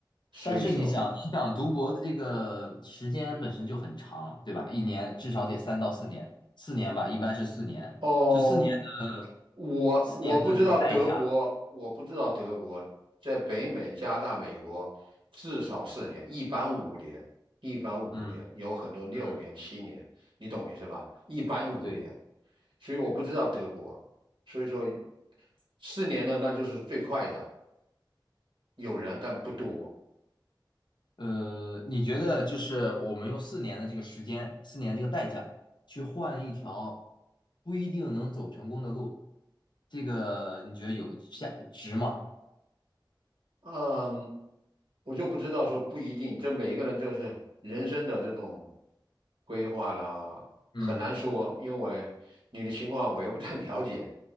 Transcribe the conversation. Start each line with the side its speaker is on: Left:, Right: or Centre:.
Right: 所以说，
Left: 但是你想，你想读博的这个时间本身就很长，对吧？一年至少得三到四年，四年吧，一般是四年。
Right: 哦。
Left: 就四年的，
Right: 我我不知道德国，
Left: 四年的这个代价，
Right: 我不知道德国在北美、加拿大、美国至少四年，一般五年，一般五年，
Left: 嗯
Right: 有很多六年、
Left: 嗯，
Right: 七年，你懂我意思吧？一般五年，
Left: 对。
Right: 所以我不知道德国，所以说四年的那就是最快的，有人但不多。
Left: 呃，你觉得就是我们用四年的这个时间，四年这个代价，去换一条不一定能走成功的路，这个你觉得有价值吗？
Right: 嗯，我就不知道说不一定，这每一个人就是人生的这种规划啦，
Left: 嗯
Right: 很难说，因为你的情况我也不太 <laughs> 了解。